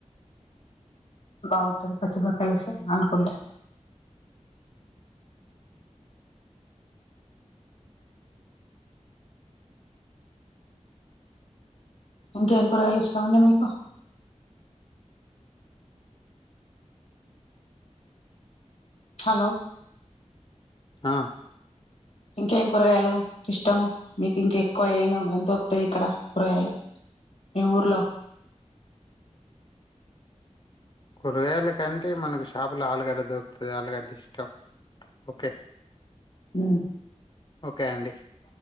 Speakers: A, on the left; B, on the left.
A: బాగుంటది పచ్చిబకాలు వేస్తె అంటుకుంట ఇంకేం కురగాయలు ఇష్టం అండి మీకు హలో
B: ఆ
A: ఇంకేం కూరగాయలు ఇష్టము మీకు ఇంక ఎక్కువ ఏ ఎ దొరుకుతాయి ఇక్కడ కూరగాయలు మీ ఊర్లో
B: కూరగాయల కంటే మనకు షాపులు ఆలుగడ్డ దొరుకుతుంది ఆలుగడ్డ ఇష్టం ఓకే
A: ఊ
B: ఓకే అండి